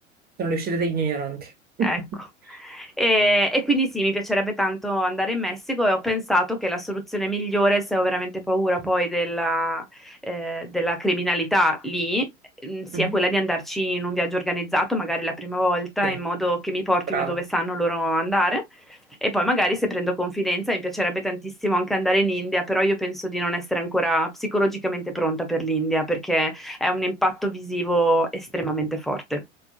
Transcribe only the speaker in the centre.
Ecco. E, e quindi sì, mi piacerebbe tanto andare in Messico e ho pensato che la soluzione migliore, se ho veramente paura poi della, eh, della criminalità lì, mm, sia
quella di andarci in un viaggio organizzato, magari la prima volta,
in modo che mi portino
dove sanno loro andare. E poi magari se prendo confidenza, mi piacerebbe tantissimo anche andare in India, però io penso di non essere ancora psicologicamente pronta per l'India, perché è un impatto visivo estremamente forte.